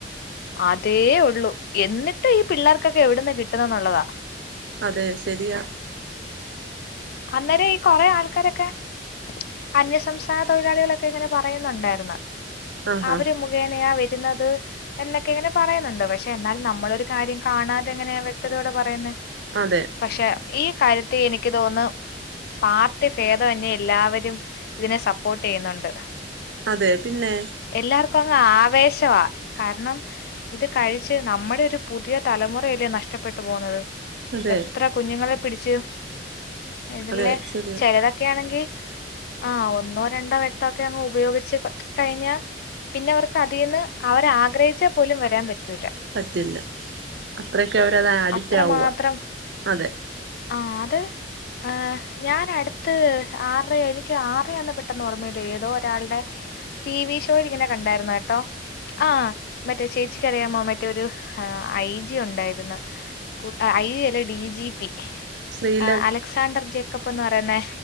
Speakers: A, on the left; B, on the right.
A: അതേ ഉള്ളൂ എന്നിട്ട് ഈ പിള്ളേർക്കൊക്കെ എവിടെന്ന് കിട്ട. പിട്ടുന്നന്നുള്ളതാ.
B: അതെ ശരിയ.
A: അന്നേരം ഈ കൊറെേ ആൾക്കാരൊക്കെ. അന്യസംസ്ഥാന തൊഴിലാളികളൊക്കെ ഇങ്ങനെ പറയുന്നുണ്ടായിരുന്നു
B: ആഹാ
A: അവര് മു അങ്ങനെയാ വരുന്നത്. എന്നൊക്കെ ഇങ്ങനെ പറയുന്നുണ്ട് പക്ഷെ എന്നാൽ നമ്മളൊരു കാര്യം കാണാതെ എങ്ങനെയാ വ്യക്തതയോടെ പറയുന്നത്.
B: അതെ
A: പക്ഷെ ഈ കാര്യത്തിൽ എനിക്ക് തോന്നുന്നു. പാർട്ടി ഭേദമന് എല്ലാവരും ഇതിനെ സപ്പോർട്ട് ചെയ്യുന്നുണ്ട്.
B: അതെ പിന്നെ
A: എല്ലാർക്കും അങ്ങ് ആവേശവാ കാരണം, ഇത് കഴിച്ച് നമ്മടെ ഒരു പുതിയ തലമുറയലെ നഷ്ടപ്പെട്ടു പോണത്.
B: അതെ
A: എത്ര കുഞ്ഞുങ്ങളെ പിടിച്ചു. ഇതിലെ
B: അതെ ശരിയാ
A: ചെലതൊക്കെയാണെങ്കി ആ ഒന്നോ രണ്ടോ വെട്ടഒക്കെ അങ്ങ് ഉപയോഗിച്ച് കഴിഞ്ഞ പിന്നെ അവർക്ക് അതീന്ന് അവർ ആഗ്രഹിച്ചാൽ പോലും വരാൻ പറ്റൂല
B: പറ്റില്ല അത്രയൊക്കെ അവരത് അഡിറ്റ്
A: അത്രമാത്രം
B: ആവുവാ അതെ.
A: ആഹ് അത്. ആ ഞാൻ അടുത്ത് ആറയോ എനിക്ക് ആറയാന്ന് പെട്ടെന്ന് ഓർമ്മയില്ലേ ഏതോ ഒരാൾടെ ടി വി ഷോൽ ഇങ്ങനെ കണ്ടായിരുന്നട്ടോ ആഹ് മറ്റേ ചേച്ചിക്കറിയാമോ മറ്റേ ഒരു ഐ ജി ഉണ്ടായിരുന്നു <unintelligible> ഐ അല്ലേ ഡി ജി പി
B: സ്ത്രീല
A: ആഹ് അലക്സാണ്ടർ ജേക്കബ് ന്ന് പറയ്ന്നേ